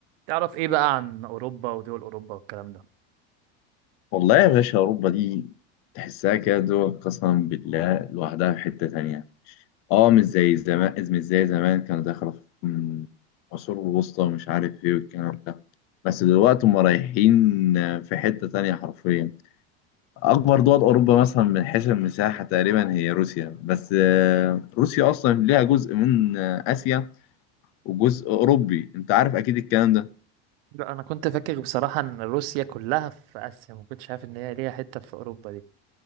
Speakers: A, on the right; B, on the left.
A: تعرف ايه بقى عن اوروبا ودول اوروبا والكلام ده
B: والله يا باشا أوروبا دي تحسها كده قسما بالله لوحدها في حتة تانية اه مش زي زمان مش زي زمان كانوا داخلة في مم، عصور الوسطى ومش عارف ايه والكلام ده بس دلوقتي هم رايحين في حتة تانية حرفيا أكبر دول أوروبا مثلا من حيث المساحة تقريبا هي روسيا بس آه، روسيا أصلا ليها جزء من آه، آسيا وجزء أوروبي أنت عارف أكيد الكلام ده
A: لا انا كنت فاكر بصراحه ان روسيا كلها في اسيا ما كنتش عارف ان هي ليها حته في اوروبا دي